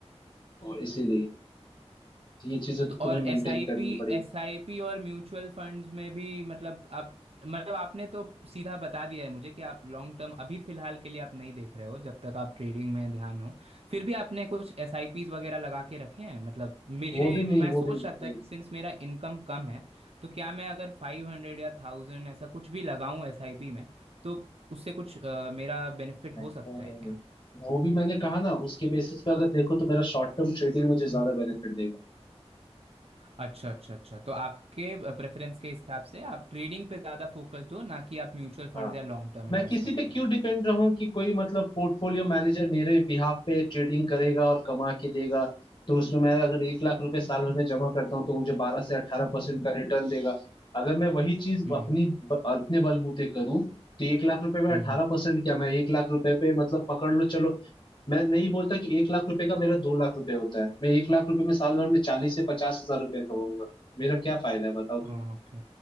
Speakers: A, on the left; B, on the right.
A: तो इसीलिए ये चीजें तो
B: तो
A: तुम्हें
B: और
A: मेंटेन
B: एस आई
A: करनी
B: पी
A: पड़ेगी
B: एस आई पी और म्यूचुअल फंड्स में भी मतलब आप मतलब आपने तो सीधा बता दिया है मुझे कि आप लॉन्ग टर्म अभी फिलहाल के लिए आप नहीं देख रहे हो जब तक आप ट्रेडिंग में ध्यान हो फिर भी आपने कुछ एस आई पीज वगैरह लगा के रखे हैं मतलब मेरे
A: वो भी नहीं
B: मैं
A: वो
B: सोच
A: भी नहीं
B: रहा था कि सिंस मेरा इनकम कम है तो क्या मैं अगर फाइव हंड्रेड या थाउजेंड ऐसा कुछ भी लगाऊं एस आई पी में तो उससे कुछ अ, मेरा बेनिफिट
A: नहीं
B: हो
A: नहीं
B: सकता
A: नहीं
B: है क्या
A: नहीं। वो भी मैंने कहा ना उसके बेसिस पे अगर देखो तो मेरा शॉर्ट टर्म ट्रेडिंग मुझे ज्यादा बेनिफिट देगा
B: अच्छा अच्छा अच्छा तो आपके प्रेफरेंस के हिसाब से आप ट्रेडिंग पे ज़्यादा फोकस दो ना कि आप म्यूचुअल फंड्स
A: हाँ
B: या लॉन्ग टर्म
A: मैं
B: इन्वेस्टमेंट
A: किसी पे क्यों
B: पे
A: डिपेंड रहूं कि कोई मतलब पोर्टफोलियो मैनेजर मेरे बिहाफ पे ट्रेडिंग करेगा और कमा के देगा तो उसमें मैं अगर एक लाख रुपए साल भर में जमा करता हूँ तो मुझे बारह से अठारह परसेंट का रिटर्न देगा अगर मैं वही चीज
B: हम्म
A: अपनी अपने बलबूते करूँ तो एक लाख रुपए में
B: हम्म
A: अठारह परसेंट क्या मैं एक लाख रुपए पे मतलब पकड़ लो चलो मैं नहीं बोलता कि एक लाख रुपए का मेरा दो लाख रुपए होता है मैं एक लाख रुपए में साल भर में चालीस से पचास हजार रुपए कमाऊंगा मेरा क्या फायदा है बताओ
B: ओके
A: तुम